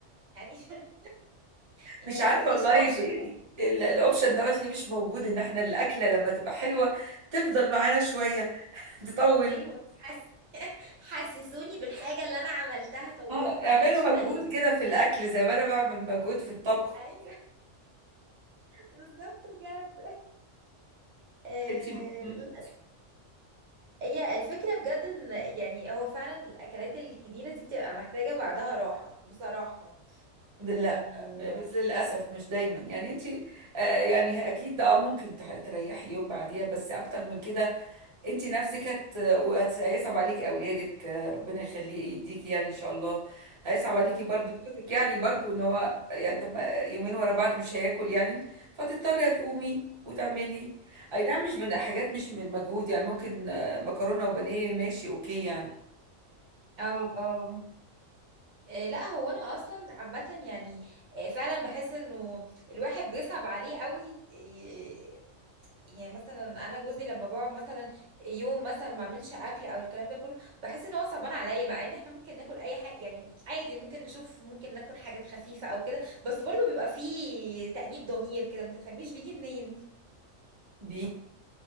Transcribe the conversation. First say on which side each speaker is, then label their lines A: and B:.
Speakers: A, on the right; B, on the right.
A: يعني <laughs> يعني
B: مش عارفه
A: ما فيش
B: والله
A: اوبشن
B: ليه-
A: اصلا
B: ال- الاوبشن دوت ليه مش موجود ان احنا الاكله لما تبقى حلوه تفضل معانا شويه تطول
A: ايوه حس... حسسوني بالحاجه اللي انا عملتها طولوا
B: اه
A: معاها
B: اعملوا
A: شويه
B: مجهود
A: يعني
B: كده في الاكل زي ما انا بعمل مجهود في الطبخ
A: ايوه <laughs> بالظبط بجد آه،
B: انت م- م-
A: هي الفكرة بجد ان يعني هو فعلا الاكلات الكبيرة دي بتبقى محتاجة بعدها راحة بصراحة يعني
B: لا بس للاسف مش دايما يعني انت آه يعني اكيد اه ممكن تح- تريحي يوم بعديها بس اكتر من كده انت نفسك هت وهت- هيصعب عليكي اولادك آه، ربنا يخليه يديكي يعني ان شاء الله هيصعب عليكي برضو جوزك يعني برضو ان هو يعني طب ما يومين ورا بعض مش هياكل يعني فتضطري هتقومي وتعملي اي نعم مش من حاجات مش من مجهود يعني ممكن آه، مكرونه وبانيه ماشي اوكي يعني
A: اه اه آه، لا هو انا اصلا عامه يعني آه، فعلا بحس انه الواحد بيصعب عليه قوي آه، يعني مثلا انا جوزي لما بقعد مثلا يوم مثلا ما اعملش اكل او الكلام ده كله بحس ان هو صعبان عليا مع ان احنا ممكن ناكل اي حاجه يعني عادي ممكن نشوف ممكن ناكل حاجات خفيفه او كده بس برضه بيبقى فيه تأنيب ضمير كده ما تفهميش بيجي منين
B: بي